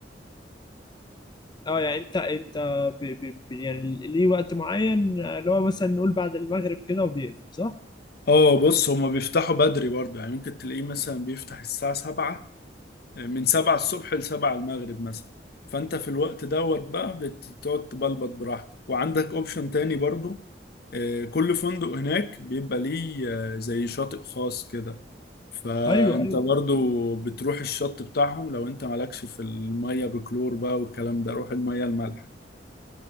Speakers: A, on the left; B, on the left.
A: اه يعني انت انت ب ب ب يعني ليه وقت معين اللي هو مثلا نقول بعد المغرب كده وبيقفل صح؟
B: اه بص هما بيفتحوا بدري برضه يعني ممكن تلاقيه مثلا بيفتح الساعة سبعة آه، من سبعة الصبح لسبعة المغرب مثلا فأنت في الوقت دوت بقى بتقعد تبلبط براحتك وعندك اوبشن تاني برضه آه، كل فندق هناك بيبقى ليه آه، زي شاطئ خاص كده فانت
A: ايوه ايوه
B: برضو بتروح الشط بتاعهم لو انت مالكش في المية بكلور بقى والكلام ده روح المية المالحة